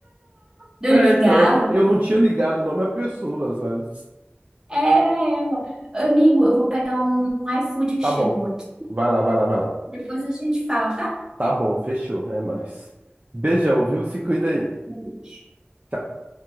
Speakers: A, on the right; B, on the right.
A: Eu
B: É,
A: ligava.
B: então, é que eu não tinha ligado o nome à pessoa, sabe?
A: Era ela. Amigo, eu vou pegar um um iFood que
B: Tá
A: chegou
B: bom.
A: aqui.
B: Vai lá, vai lá, vai lá.
A: Depois a gente fala, tá?
B: Tá bom, fechou, é nóis. Beijão, viu? Se cuida aí.
A: Boa noite.
B: Tchau.